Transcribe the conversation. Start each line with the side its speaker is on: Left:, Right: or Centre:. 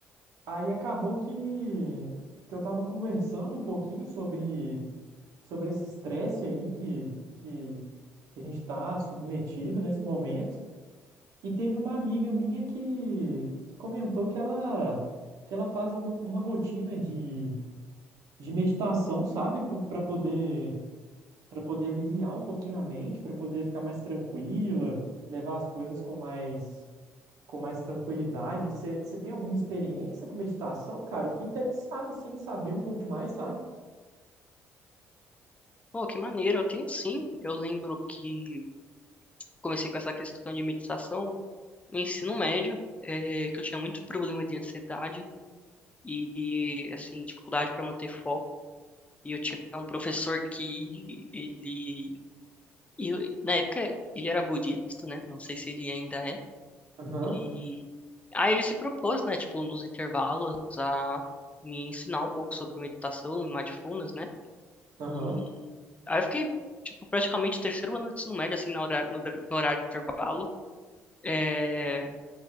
Right: Aí acabou que, que eu tava conversando um pouquinho sobre, sobre esse estresse aí que, que, que a gente tá submetido nesse momento. E teve uma amiga minha que, que comentou que ela, que ela faz algum, uma rotina de, de meditação, sabe? Para poder, para poder aliviar um pouquinho a mente, para poder ficar mais tranquila, levar as coisas com mais com mais tranquilidade. Você você tem alguma experiência com meditação, cara? Eu fiquei interessado, assim, em saber um pouco mais, sabe?
Left: Pô, que maneiro, eu tenho sim. Eu lembro que comecei com essa questão de meditação no ensino médio, eh, que eu tinha muito problema de ansiedade e, e, assim, dificuldade para manter foco. E eu tinha um professor que ele, e eu- na época, ele era budista, né? Não sei se ele ainda é.
Right: Aham,
Left: E aí ele se propôs, né, tipo, nos intervalos a me ensinar um pouco sobre meditação e mindfulness, né?
Right: aham,
Left: E aí eu fiquei, tipo, praticamente o terceiro ano do ensino médio, assim, na hora, no, no horário de intervalo, é,